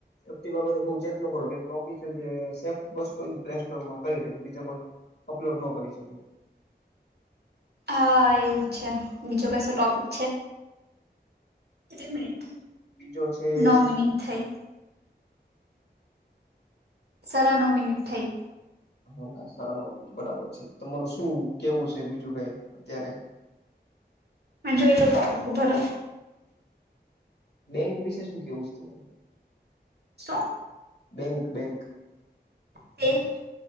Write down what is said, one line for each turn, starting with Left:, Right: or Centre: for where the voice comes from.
Left: સેફ્ટી બાબતે બહુ ચેક ન કરો કેમ ઓફિસિયલ જે સેફ વસ્તુ પ્લે સ્ટોર માં કરી શકે બીજા કોઈ. અપલોડ ન કરી શકે.
Right: હા એવું જ છે બીજો કસ ટોપિક. છે મિનિટ
Left: બીજો છે
Right: નવ મિનિટ થઈ. સરા નવ મિનિટ થઈ.
Left: હા ના સારા નમીટ બરાબર છે તમારું શું કેવું છે બીજું કઈ અત્યારે
Right: અને જોઈ લો તો બર
Left: બેંક વિશે શું કેવું છે તુંર.
Right: શું.
Left: Bank bank.
Right: તે <unintelligible>